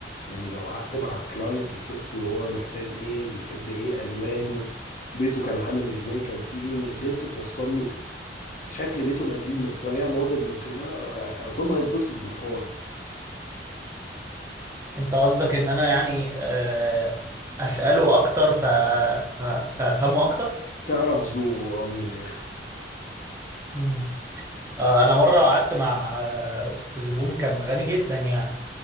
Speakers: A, on the left; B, on the right.
A: يعني لو قعدت مع الكلاينت وشفته هو محتاج ايه بيحب ايه الوانه بيته كان عامل ازاي كان فيه ايه وقدرت توصل له شكل بيته القديم بس بطريقة مودرن وكده آه، اظن هيتبسط بالحوار
B: انت قصدك ان انا يعني آه، اساله اكتر ف... ف... فافهمه اكتر
A: تعرف ذوقه اه من الاخر
B: مم. آه، انا مره قعدت مع آه، زبون كان غني جدا يعني